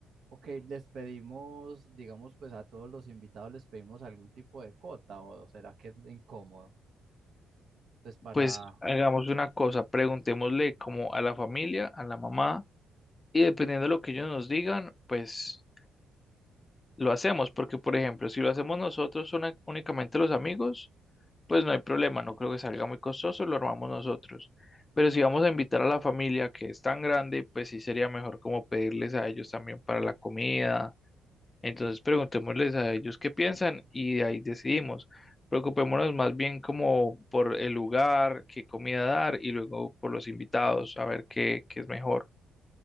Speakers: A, on the right; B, on the left.
A: ok, les pedimos, digamos, pues a todos los invitados les pedimos algún tipo de cuota, o será que es incómodo, pues para
B: Pues hagamos una cosa, preguntémosle como a la familia, a la mamá, y dependiendo de lo que ellos nos digan, pues lo hacemos, porque por ejemplo, si lo hacemos nosotros una- únicamente los amigos, pues no hay problema, no creo que salga muy costoso, lo armamos nosotros. Pero si vamos a invitar a la familia que es tan grande, pues sí sería mejor como pedirles a ellos también para la comida. Entonces preguntémosles a ellos qué piensan y de ahí decidimos. Preocupémonos más bien como por el lugar, qué comida dar y luego por los invitados, a ver qué, qué es mejor.